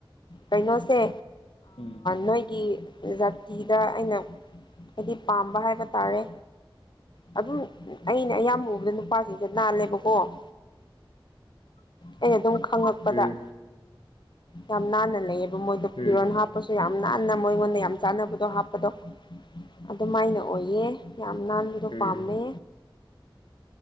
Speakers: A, on the left; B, on the left.
A: ꯀꯩꯅꯣꯁꯦ
B: ꯎꯝ
A: ꯅꯣꯏꯒꯤ ꯖꯥꯇꯤꯗ ꯑꯩꯅ ꯍꯥꯏꯗꯤ ꯄꯥꯝꯕ ꯍꯥꯏꯕ ꯇꯥꯔꯦ ꯑꯗꯨꯝ ꯑꯩꯅ ꯑꯌꯥꯝꯕ ꯎꯕꯗꯅꯨ ꯃꯄꯥꯁꯤꯡꯁꯦ ꯅꯥꯜꯂꯦꯕꯀꯣ ꯑꯩꯅ ꯑꯗꯨꯝ ꯈꯪꯂꯛꯄꯗ
B: ꯎꯝ
A: ꯌꯥꯝ ꯅꯥꯟꯅ ꯂꯩꯌꯦꯕ ꯃꯣꯏꯗꯣ ꯐꯤꯔꯣꯟ
B: ꯎꯝ
A: ꯍꯥꯞ ꯍꯥꯞꯄꯁꯨ ꯌꯥꯝ ꯅꯥꯟꯅ ꯃꯣꯏꯉꯣꯟꯗ ꯌꯥꯝ ꯆꯥꯟꯅꯕꯗꯣ ꯍꯥꯞꯄꯗꯣ ꯑꯗꯨꯃꯥꯏꯅ ꯑꯣꯏꯌꯦ ꯌꯥꯝ ꯅꯟ ꯑꯗꯨꯣ
B: ꯎꯝ
A: ꯄꯥꯝꯃꯦ